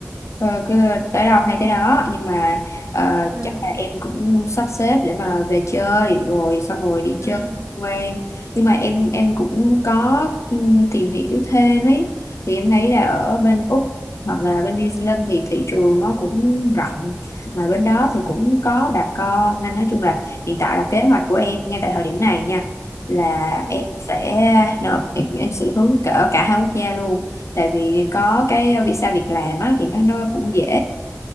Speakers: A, on the left (about 70°); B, on the right (about 70°).
A: Ờ, cứ tới đâu hay tới đó nhưng mà ờ,
B: ừ
A: chắc là em cũng sắp xếp để mà về chơi rồi xong rồi đi
B: ừ
A: chơi quen nhưng mà em em cũng có ừm, tìm hiểu thêm ấy thì em thấy là ở bên Úc hoặc là bên New Zealand thì thị trường nó cũng rộng mà bên đó thì cũng
B: ừ
A: có bà con nên nói chung là hiện tại là kế hoạch của em ngay tại thời điểm này nha là
B: ừ
A: em sẽ nộp em, em sẽ hướng cỡ cả hai quốc gia luôn tại vì có cái visa việc làm á thì nó nó cũng dễ